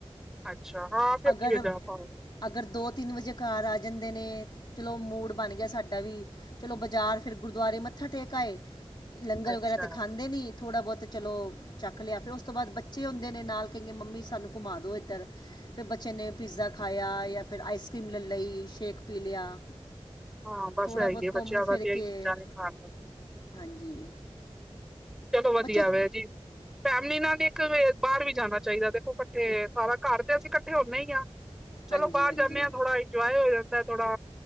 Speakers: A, in the centre; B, on the left.
A: ਅੱਛਾ, ਹਾਂ ਫਿਰ
B: ਅਗਰ
A: ਕੀ, ਜਾ ਪਾਉਗੇ।
B: ਅਗਰ ਦੋ, ਤਿੰਨ ਵਜੇ ਘਰ ਆ ਜਾਂਦੇ ਨੇ, ਚਲੋ ਮੂਡ ਬਣ ਗਿਆ, ਸਾਡਾ ਵੀ ਚਲੋ ਬਾਜ਼ਾਰ ਫਿਰ, ਗੁਰਦੁਆਰੇ ਮੱਥਾ ਟੇਕ ਆਏ, ਲੰਗਰ
A: ਅੱਛਾ।
B: ਵਗੈਰਾ ਤੇ ਖਾਂਦੇ ਨਹੀਂ। ਥੋੜ੍ਹਾ ਬਹੁਤ ਚਲੋ ਛੱਕ ਲਿਆ, ਫਿਰ ਉਸ ਤੋਂ ਬਾਅਦ ਬੱਚੇ ਹੁੰਦੇ ਨੇ ਨਾਲ, ਕਹਿਣਗੇ ਮੰਮੀ, ਸਾਨੂੰ ਘੁੰਮਾ ਦਿਉ ਇੱਧਰ। ਫਿਰ ਬੱਚੇ ਨੇ ਪੀਜ਼ਾ ਖਾਇਆ, ਜਾਂ ਫਿਰ ਆਈਸ ਕਰੀਮ ਲੈ ਲਈ, ਸ਼ੇਕ ਪੀ ਲਿਆ।
A: ਹਾਂ ਬਸ
B: ਥੋੜ੍ਹਾ
A: ਇਹੀ
B: ਬਹੁਤ,
A: ਹੈ ਬੱਚਿਆਂ
B: ਘੁੰਮ ਫਿਰ
A: ਦਾ ਤੇ
B: ਕੇ,
A: ਇਹੀ ਚੀਜ਼ਾਂ ਨੇ ਖਾਣ ਵਾਲੀ
B: ਹਾਂਜੀ।
A: ਚਲੋ ਵਧੀਆ
B: ਬੱਚੇ
A: ਵੇ ਜੀ, ਫੈਮਲੀ ਨਾਲ ਇੱਕ ਬਾਹਰ ਵੀ ਜਾਣਾ ਚਾਹੀਦਾ, ਦੇਖੋ ਇਕੱਠੇ। ਸਾਰਾ ਘਰ ਤੇ ਅਸੀਂ ਇਕੱਠੇ ਹੁੰਦੇ ਹੀ ਹਾਂ, ਚਲੋ
B: ਹਾਂਜੀ
A: ਬਾਹਰ
B: ਹਾਂਜੀ
A: ਜਾਂਦੇ ਹਾਂ, ਥੋੜਾ ਇੰਜੋਏ ਹੋ ਜਾਂਦਾ। ਥੋੜਾ,